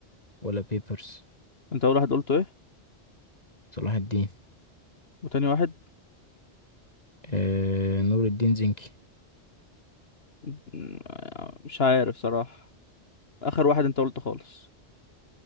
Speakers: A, on the left; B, on the left.
A: ولا بيبرس
B: انت اول واحد قلته ايه
A: صلاح الدين
B: وتاني واحد
A: آه. نور الدين زنكي
B: م- مش عارف صراحه اخر واحد انت قلته خالص